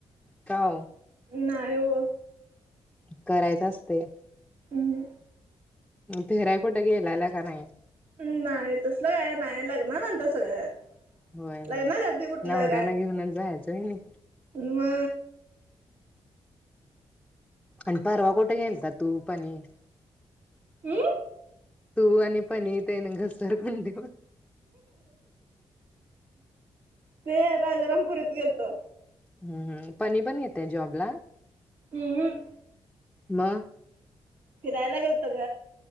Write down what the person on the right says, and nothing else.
नाय ओ
हम हम.
हम नाय तसलं काय नाय लग्ना नंतर सगळं
लग्नाच्या आधी कुठलं
हम <inaudible>
हम?
ते राजारामपूरीत गेलतो.
हमहम..
फिरायला गेलतो ग.